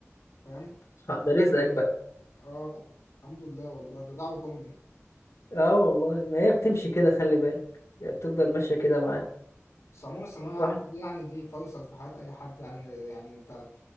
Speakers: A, on the left; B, on the left.
A: فاهم
B: ده رزقك بقى
A: اه الحمد لله والله ده دعوه امي
B: اه والله ما هي بتمشي كده خلي بالك هي بتفضل ماشية كده معانا
A: بس عموما الثانويه العامه
B: واحد
A: دي يعني دي فيصل في حياه اي حد يعني يعني انت